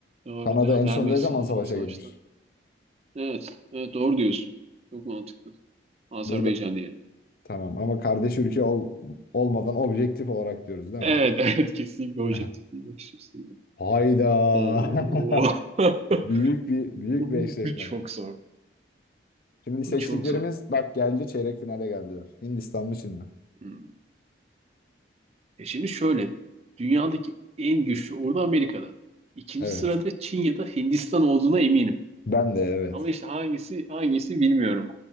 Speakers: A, on the right (about 35°); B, on the left (about 50°).
A: Doğru.
B: Kanada
A: Devamlı
B: en son
A: Ermenistan'a
B: ne zaman savaşa
A: falan savaştı.
B: girmiş?
A: Evet, evet doğru diyorsun. Çok mantıklı. Azerbaycan
B: Burada
A: diyelim.
B: tamam ama kardeş ülke ol, olmadan objektif olarak diyoruz değil
A: Evet,
B: mi?
A: <laughs> evet kesinlikle objektif
B: <laughs>
A: bir bakış açısıyla.
B: Hayda.
A: Oo.
B: <laughs>
A: <laughs>
B: Büyük bir büyük
A: Bu,
B: bir eşleşme.
A: bu çok zor.
B: Şimdi seçtiklerimiz
A: Bu çok zor.
B: bak geldi çeyrek finale geldiler. Hindistan mı Çin mi?
A: Hmm. E şimdi şöyle. Dünyadaki en güçlü ordu Amerika'da. İkinci
B: Evet.
A: sırada Çin ya da Hindistan olduğuna eminim.
B: Ben de evet.
A: Ama işte hangisi hangisi bilmiyorum.